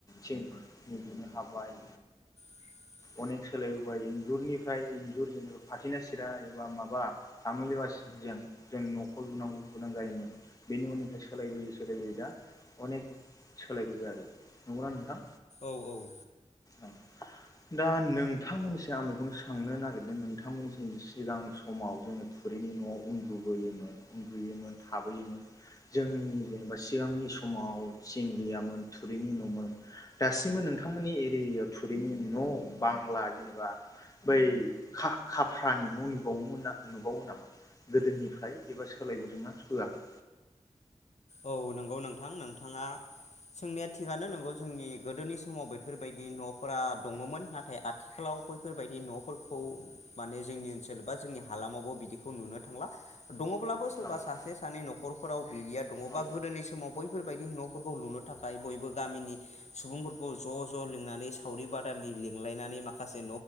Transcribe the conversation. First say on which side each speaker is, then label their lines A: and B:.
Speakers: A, on the left; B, on the left.
A: थिं मिदिनो हाबाय
B: <inaudible>
A: अनेक सोलायबोबाय इन्जुरनिफ्राय इन्जुर जेनेबा फाथैना सिरा एबा माबा आङुलवासि जों जों न'खर लुनांगौ गोनां जायोमोन बेनि उननिफ्रायाय सोलायबोयै सोलायबोयै दा अनेक सोलायबोबाय आरो नंगौना नोंथां?
B: औ औ
A: औ दा नोंथांमोननिसिम आं बेखौनो सोंनो नागिरदों नोंथांमोननिसिम सिगां समाव जोङो थुरैनि न'आव उन्दुबोयोमोन उन्दुयोमोन थाबोयोमोन जोंनि जेनेबा सिगांनि समाव थिं गैयामोन थुरिनि न'मोन दासिमबो नोंथांमोननि एरियायाव थुरिनि न' बांला जेनेबा बै खा-खाफ्रानि न' नुबावोमोनना नुबावो नामा गोदोनिफ्राय एबा सोलायबोदोंना सोआखै
B: औ नंगौ नोंथां नोंथाङा सोंनाया थिगानो नंगौ जोंनि गोदोनि समाव बेफोरबायदि न'फोरा दङ'मोन नाथाय आथिखालाव बैफोरबायदि न'फोरखौ माने जोंनि ओनसोल बा जोंनि हालामावबो बिदिखौ नुनो थांला दङ'ब्लाबो सोरबा
A: औ
B: सासे सानै न'खरफोराव बिदिया दङ'बा
A: औ
B: गोदोनि समाव बैफोरबायदि न' फोरखौ लुनो थाखाय बयबो गामिनि सुबुंफोरखौ ज' ज' लिंनानै सावरि बादालि लिंलायनानै माखासे